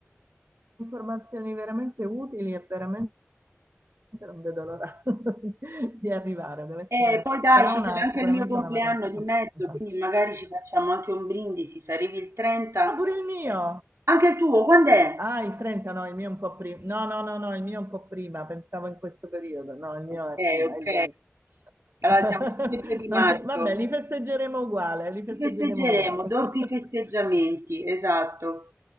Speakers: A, on the right; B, on the right.
A: informazioni veramente utili e veramente non vedo l'ora <laughs> di arrivare. Deve essere-
B: E poi dai,
A: sarà
B: ci
A: una-
B: sarà anche
A: sicuramente
B: il mio compleanno
A: una vacanza
B: di
A: fantastica.
B: mezzo, quindi magari ci facciamo anche un brindisi, se arrivi il 30.
A: Ah, pure il mio!
B: eh, Anche il tuo, quando è?
A: Ah, il 30, no, il mio è un po' prima. No, no, no, no, il mio è un po' prima, pensavo in questo periodo. No, il
B: Ok,
A: mio è prima,
B: ok.
A: è il 20.
B: Allora
A: <laughs>
B: siamo tutti e due di
A: Non
B: maggio.
A: c'è- Vabbè, li festeggeremo uguale, li festeggeremo
B: Ci Festeggeremo,
A: uguale.
B: doppi
A: <laughs>
B: festeggiamenti, esatto.